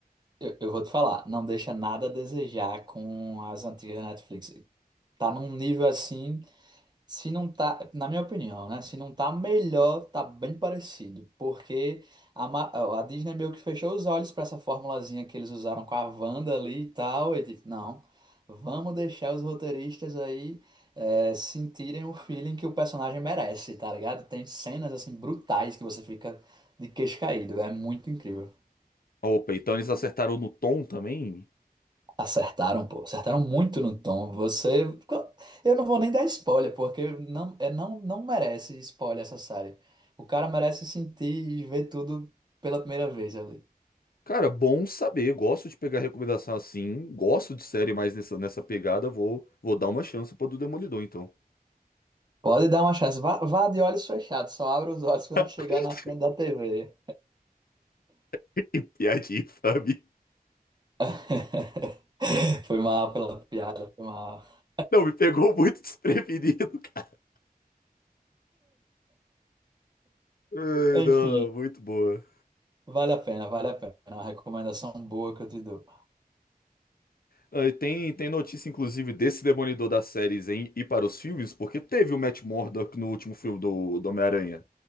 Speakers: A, on the right (about 25°); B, on the left (about 70°).
A: eu, eu vou te falar, não deixa nada a desejar com as antigas Netflix. Tá num nível assim, se não tá, na minha opinião, né? Se não tá melhor, tá bem parecido, porque a, Ma- a Disney meio que fechou os olhos pra essa formulazinha que eles usaram com a Wanda ali e tal, e tipo, não, vamos deixar os roteiristas aí é, sentirem o feeling que o personagem merece, tá ligado? Tem cenas assim brutais que você fica de queixo caído, é muito incrível.
B: Opa, então eles acertaram no tom também?
A: Acertaram, pô. Acertaram muito no tom. Você. Eu não vou nem dar spoiler, porque não, é, não, não merece spoiler essa série. O cara merece sentir e ver tudo pela primeira vez ali.
B: Cara, bom saber. Gosto de pegar recomendação assim. Gosto de série mais nessa, nessa pegada. Vou, vou dar uma chance pra do Demolidor, então.
A: Pode dar uma chance. Vá, vá de olhos fechados, só abra os olhos quando
B: <laughs>
A: chegar na frente da TV.
B: Que piadinha infame.
A: <laughs> Foi mal pela piada, foi mal.
B: Não, me pegou muito desprevenido, <laughs> cara. Ai,
A: Enfim,
B: não, não, muito boa.
A: vale a pena, vale a pena. É uma recomendação boa que eu te dou.
B: Ah, e Tem, tem notícia, inclusive, desse Demolidor das séries em ir para os filmes, porque teve o Matt Murdock no último filme do, do Homem-Aranha.